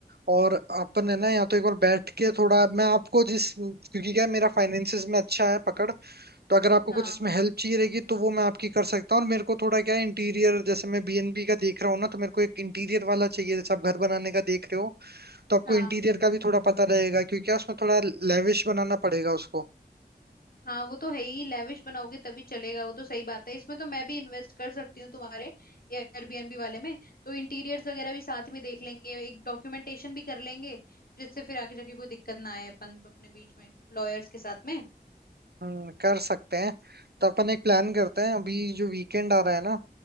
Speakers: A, on the right; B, on the left.
A: और अपन है ना या तो एक बार बैठ के थोड़ा मैं आपको जिस क्योंकि क्या है, मेरा फाइनेंसिस में अच्छा है पकड़ तो अगर आपको
B: हाँ
A: कुछ इसमें हेल्प चाहिए रहेगी तो वो मैं आपकी कर सकता हूँ और मेरे को थोड़ा क्या है इंटीरियर जैसे मैं बीएनबी का देख रहा हूँ ना तो मेरे को एक इंटीरियर वाला चाहिए जैसे आप घर बनाने का देख रहे हो तो आपको
B: हाँ
A: इंटीरियर का भी थोड़ा पता रहेगा क्योंकि क्या उसमें थोड़ा लेविश बनाना पड़ेगा उसको
B: हाँ वो तो है ही लेविश बनाओगे तभी चलेगा वो तो सही बात है इसमें तो मैं भी इन्वेस्ट कर सकती हूँ तुम्हारे एयरबीएनबी वाले में तो इंटीरियर्स वगैरह भी साथ में देख लेंगे एक डॉक्यूमेंटेशन भी कर लेंगे जिससे फिर आगे जाके कोई दिक्कत ना आए अपन अपने बीच में लॉयर्स के साथ में
A: हम्म, कर सकते हैं तो अपन एक प्लान करते हैं अभी जो वीकेंड आ रहा है ना